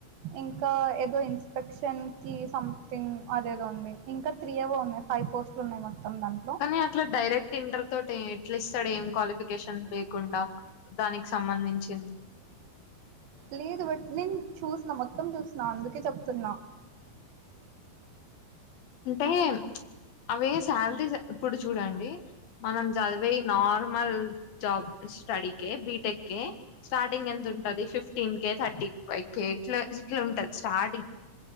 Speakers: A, on the right; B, on the left.
A: ఇంకా ఏదో ఇన్స్పెక్షన్ కి సంథింగ్ అదేదో ఉంది ఇంకా త్రీ ఏవో ఉన్నయి ఫైవ్ పోస్ట్లున్నాయ్ మొత్తం దాంట్లో
B: కానీ అట్లా డైరెక్ట్ ఇంటర్ తోటి ఎట్లిస్తాడు ఏం క్వాలిఫికేషన్ లేకుండా దానికి సంబంధించింది
A: లేదు బట్ నేను చూస్న మొత్తం చూస్న అందుకే చెప్తున్నా
B: అంటే అవే సాలరీస్ ఇప్పుడు జూడండి మనం జదివే నార్మల్ జాబ్ స్టడీకే బిటెక్కే స్టార్టింగ్ ఎంత ఉంటది fifteen K thirty five K ఇట్లా ఇట్లుంటది స్టార్టింగ్